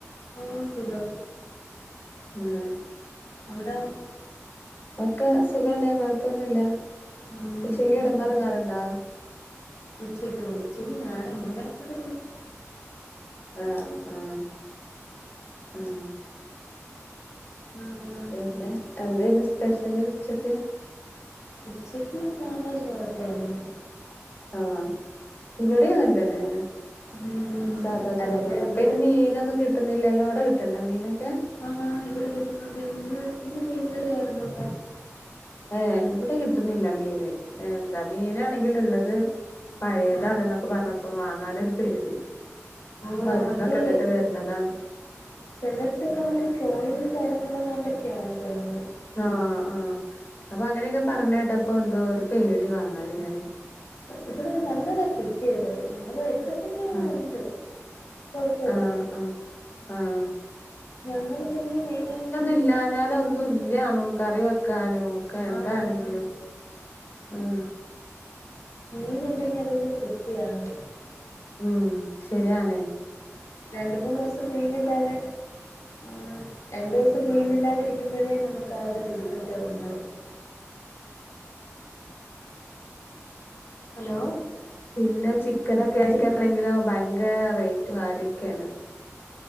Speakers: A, on the left; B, on the left.
A: ഓ സുഖം
B: <unintelligible>
A: അവ്ടോ
B: ഒക്കെ സുഖന്നെ കൊഴപ്പൊന്നുല്ല
A: ഉം
B: പക്ഷേ ഈ എടങ്ങേറ് ഇങ്ങനെണ്ടാ
A: ഉച്ചയ്ക്ക് ഉച്ചയ്ക്ക് ഞാൻ അങ്ങനെ കെട്ക്കാറില്ല്യ
B: ആഹ് ആഹ് ആഹ് ആഹ്
A: ഉം ഉം
B: പിന്നെ എന്തേയ്നു സ്പെഷ്യല് ഉച്ചയ്ക്ക്
A: ഉച്ചയ്ക്ക് സാധാ ചോറന്നേണ്ന്ന്
B: ആ ഇവടിം അങ്ങൻ തന്നേണ്
A: ഉം
B: സാധാ ചോറാണ്
A: അതല്ലേ ഒരു
B: ഇപ്പൊ അയ്‌ന് മീനൊന്നും കിട്ടുന്നില്ലല്ലോ അവ്ടെ കിട്ട്ണ്ടാ മീനൊക്കെ
A: ആ ഇവ്ടെ കിട്ടുന്നുണ്ട് ഇന്ന് ഇന്ന് മീൻകറി ആായിരുന്നു ഇവ്ടെ
B: ഏ ഇവ്ടെ കിട്ടുന്നില്ല മീന് എന്താ മീനാണെങ്കില് ള്ളത് പഴയതാണ്
A: ആഹ്
B: ന്നൊക്കെ പർഞ്ഞപ്പോ വാങ്ങാനൊര് പേടി
A: ഓ
B: മരുന്നൊക്കെ
A: മറ്റേ
B: ഇട്ടിട്ട് വരുന്നതാണ്
A: ചെലട്ത്തൊക്കെ അമ്മക്ക് ട്രോളിങ്ങും കാര്യങ്ങളും എങ്ങാണ്ടൊക്കെയാന്ന് തോന്ന്ണു
B: ആ ആ അപ്പ അങ്ങനെയൊക്കെ പറഞ്ഞേട്ടപ്പോ എന്തോ ഒരു പേടി വാങ്ങാന് ഇങ്ങനെ
A: ഇവ്ടെ നല്ലതാ കിട്ടിയത് ഞങ്ങള് ഇവ്ടെ ത്തന്നേ
B: ആഹ്
A: ഉണ്ട് കുഴപ്പല്ല
B: ആഹ് ആഹ് ആഹ്
A: ഞങ്ങൾ പിന്നെ മെയിനായി
B: ഇല്ലാ ഞാൻ ഒന്നും ഇല്ലണോ കറി വെക്കാനോ ക്ക എന്താണെങ്കിലും
A: ആഹ്
B: ഉം
A: മീൻ ഉണ്ടെങ്കി അതൊരു തൃപ്തിയാണ്
B: ഉം ശരിയണേ
A: രണ്ട മൂന്ന് ദിവസം മീനില്ലാഞ്ഞാൽ ആഹ് രണ്ടു ദിവസം മീനില്ലാതിരിക്കുമ്പോഴേ നമുക്ക് ആ ഒരു ബുദ്ധിമുട്ട് ഉണ്ടാവും ഹലോ
B: പിന്നെ ചിക്കനൊക്കെ ചിക്കണെങ്കിലും ഭയങ്കര റേറ്റും കാര്യൊക്കെയാണ്